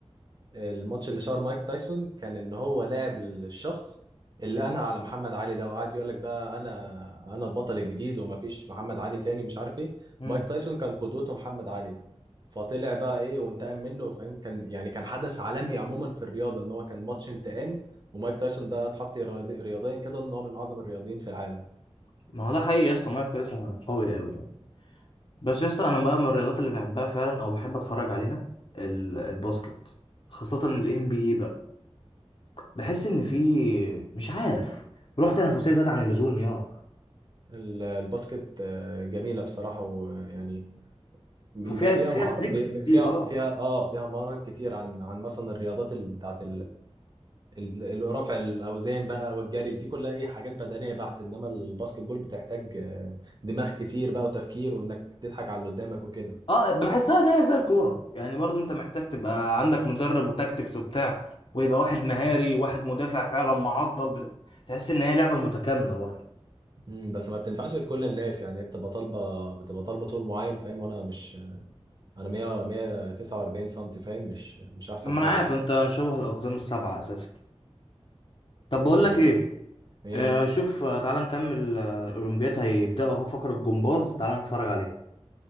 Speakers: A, on the right (about 40°); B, on the left (about 50°).
A: الماتش اللي شهر مايك تايسون كان ان هو لاعب الشخص اللي انهى على محمد علي ده وقعد يقول لك بقى انا انا البطل الجديد ومفيش محمد علي تاني مش عارف ايه
B: امم
A: مايك تايسون كان قدوته محمد علي فطلع بقى ايه وانتقم منه فاهم كان يعني كان حدث عالمي عموما في الرياضه ان هو كان ماتش انتقام ومايك تايسون ده اتحط رياضي- رياضيا كده ان هو من اعظم الرياضيين في العالم
B: ما هو ده حقيقي يا اسطى مايكل اسمه قوي قوي يعني بس يا اسطى انا بقى من الرياضات اللي بحبها فعلا او بحب اتفرج عليها ال- الباسكت خاصة ال NBA بقى بحس ان في مش عارف روح تنافسية زاد عن اللزوم يا
A: ال- الباسكت آه، جميله بصراحه ويعني بيبقى
B: وفيها
A: فيها
B: فيها
A: مهارات
B: تريكس
A: بيبقى
B: كتير
A: فيها
B: اه
A: فيها اه فيها مهارات كتير عن عن مثلا الرياضات اللي بتاعت ال- ال- رفع الاوزان بقى والجري دي كلها ايه حاجات بدنيه بحت انما الباسكت بول بتحتاج آه، دماغ كتير بقى وتفكير وانك تضحك على اللي قدامك وكده
B: اه بحسها ان هي زي الكورة يعني برضو انت محتاج تبقى عندك مدرب وتكتكس وبتاع ويبقى واحد مهاري وواحد مدافع فعلا معضل بت- تحس ان هي لعبة متكاملة برضه
A: امم بس ما بتنفعش لكل الناس يعني هي بتبقى طالبه بتبقى طالبه طول معين فاهم وانا مش انا 100 149 سم فاهم مش مش احسن
B: ما
A: حاجه
B: انا عارف
A: يعني
B: انت شبه الاقزام السبعة اساسا طب بقول
A: طب
B: لك
A: ايه
B: ايه
A: ايه
B: آه، شوف آه، تعال نكمل آه، الأولمبياد هيبدأ أهو فقرة الجمباز تعال نتفرج عليها